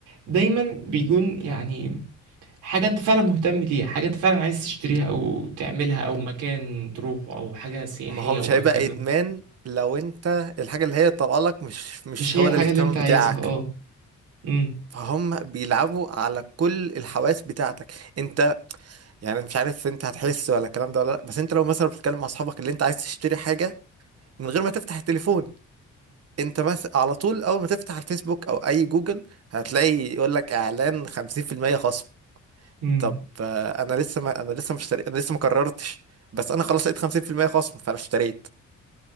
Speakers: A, on the right; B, on the right.
A: دايما بيكون يعني حاجة انت فعلا مهتم ليها حاجة انت فعلا عايز تشتريها او تعملها او مكان تروحه او حاجة سياحية
B: ما هو مش
A: وهكذا
B: هيبقى ادمان لو انت الحاجة اللي هي طالعه لك مش مش
A: مش هي
B: هو
A: الحاجة
B: ده الاهتمام
A: اللي انت عايزها
B: بتاعك
A: اه امم
B: فهم بيلعبوا على كل الحواس بتاعتك انت يعني مش عارف انت هتحس ولا الكلام ده ولا لا بس انت لو مثلا بتتكلم مع اصحابك اللي انت عايز تشتري حاجه من غير ما تفتح التليفون انت مثلا على طول اول ما تفتح الفيسبوك او اي جوجل هتلاقي يقول لك اعلان 50% خصم
A: امم
B: طب آه، انا لسه ما انا لسه مش اشتري... انا لسه ما قررتش بس انا خلاص لقيت 50% خصم فانا اشتريت